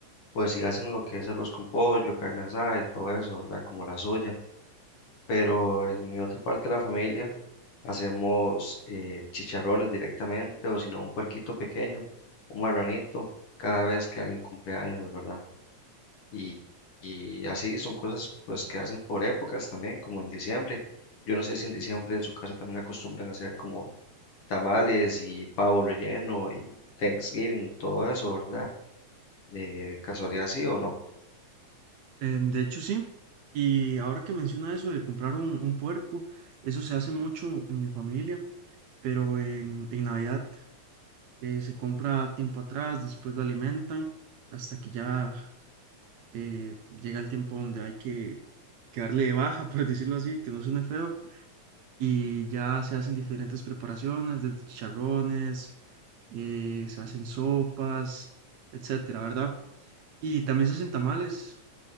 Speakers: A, on the left (about 55°); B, on the right (about 75°).
A: pues sí hacen lo que es arroz con pollo, carne asada y todo eso, ¿verdad? Como la suya. Pero en mi otra parte de la familia hacemos eh, chicharrones directamente o si no un puerquito pequeño, un marranito, cada vez que alguien cumpleaños, ¿verdad? y, y así son cosas pues que hacen por épocas también, como en diciembre. Yo no sé si en diciembre en su casa también acostumbran a hacer como tamales y pavo relleno y Thanksgiving, todo eso, ¿verdad? De casualidad sí o no.
B: Em, de hecho, sí. Y ahora que menciona eso de comprar un, un puerco, eso se hace mucho en mi familia, pero en, en Navidad eh, se compra tiempo atrás, después lo alimentan hasta que ya eh, llega el tiempo donde hay que, que darle de baja, <laughs> por decirlo así, que no suene feo, y ya se hacen diferentes preparaciones, desde chicharrones. eh, se hacen sopas, etcétera, ¿verdad? Y también se hacen tamales,